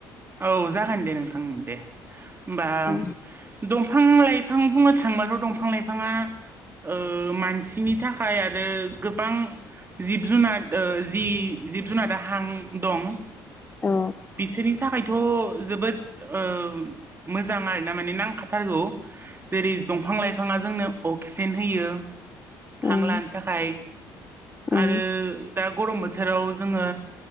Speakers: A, on the right; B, on the left.
A: औ जागोन दे नोंथां ओं दे होमबा
B: औ
A: दं फां लाइफां बुंनो थांबाथ' दंफां लाइफाङा ओ मानसिनि थाखाय आरो गोबां जिब जुनाद ओ जि जिब जुनादा हां दं
B: औ
A: बिसोरनि थाखायथ' जोबोद ओ मोजां आरोना माने नांखाथारगौ जेरै दंफां लाइफाङा जोंनो अक्सिजेन होयो थां
B: उम
A: लानो थाखाय
B: उम
A: आरो दा गरम बोथोराव जोङो